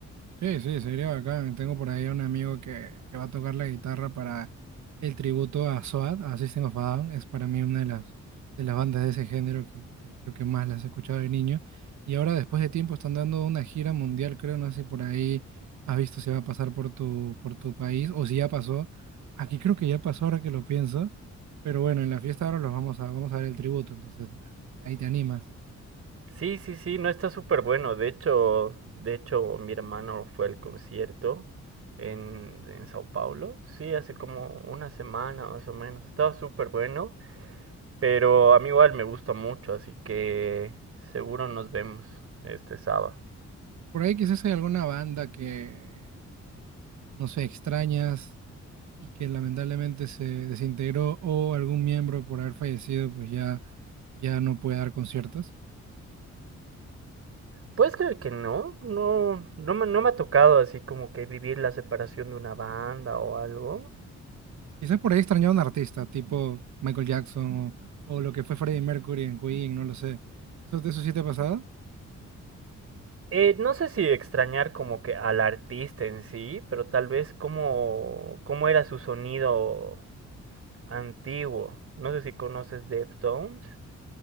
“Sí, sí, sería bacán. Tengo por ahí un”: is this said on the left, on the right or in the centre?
Right